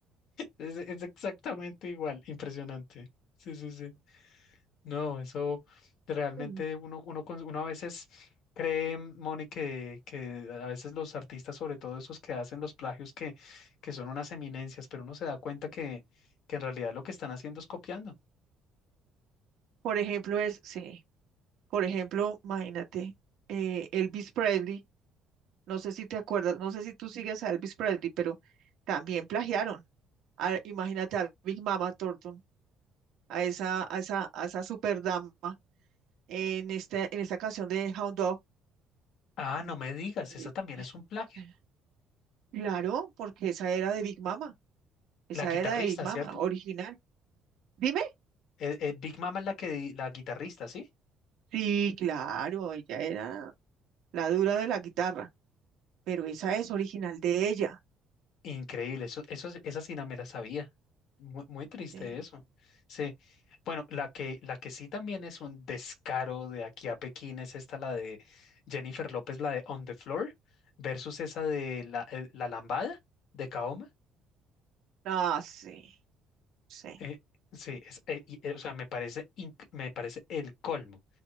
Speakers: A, on the left (about 55°); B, on the right (about 65°).
A: Es, es exactamente igual, impresionante. Sí, sí, sí. No, eso realmente
B: Mm.
A: uno, uno, cons- uno a veces cree, Moni, que, que a veces los artistas, sobre todo esos que hacen los plagios, que, que son unas eminencias, pero uno se da cuenta que, que en realidad lo que están haciendo es copiando.
B: Por ejemplo, es, sí. Por ejemplo, imagínate, eh, Elvis Presley, no sé si te acuerdas, no sé si tú sigues a Elvis Presley, pero también plagiaron. a- imagínate a Big Mama Thornton, a esa, a esa, a esa super dama en este, en esta canción de Hound Dog.
A: Ah, no me digas, esa
B: Eh,
A: también es un plagio.
B: eh, Claro, porque esa era de Big Mama, esa
A: La guitarrista,
B: era de Big Mama,
A: ¿cierto?
B: original. Dime.
A: Eh, eh, Big Mama es la que, la guitarrista, ¿sí?
B: Sí, claro, ella era la dura de la guitarra, pero esa es original de ella.
A: Increíble, eso, eso, sí, esa sí no me la sabía. Muy, muy triste
B: Sí.
A: eso. Sí. Bueno, la que, la que sí también es un descaro de aquí a Pekín es esta, la de Jennifer López, la de On the Floor, versus esa de La, eh, la Lambada de Kaoma.
B: Ah, sí, sí.
A: Eh, sí, es- eh, y, eh, o sea, me parece, inc- me parece el colmo